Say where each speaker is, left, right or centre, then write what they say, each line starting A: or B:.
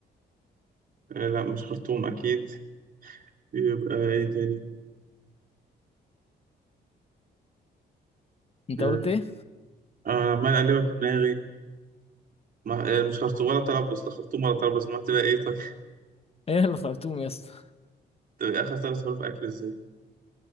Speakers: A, on the right; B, on the left.
A: آه، لأ مش خرطوم أكيد يبقى إيه تاني
B: انت
A: آه
B: قلت ايه
A: آه، أنا عمال أقلبها في دماغي ما يعني مش خرطوم ولا طرابلس لا خرطوم ولا طرابلس ما تبقى ايه طيب <laughs>
B: ايه الخرطوم يا اسطى
A: تبقى اخر ثلاث حروف اكل ازاي